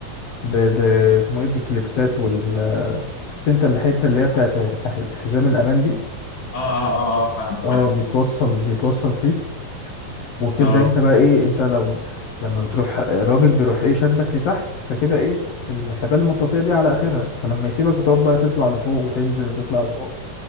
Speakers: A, on the left; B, on the left.
A: ب... ب... اسمه ايه بكليبسات وال آه، شفت انت الحتة اللي هي بتاعت ح- حزام الأمان دي
B: اه اه اه, آه فاهمك
A: اه
B: فاهم
A: بيتوصل بيتوصل فيك وبتبدأ
B: اه
A: انت بقى ايه انت لما لما بتروح الراجل بيروح ايه شدك لتحت فكده ايه الحبال المطاطية دي على آخرها فلما يسيبك بتقعد بقى تطلع لفوق وتنزل وتطلع لفوق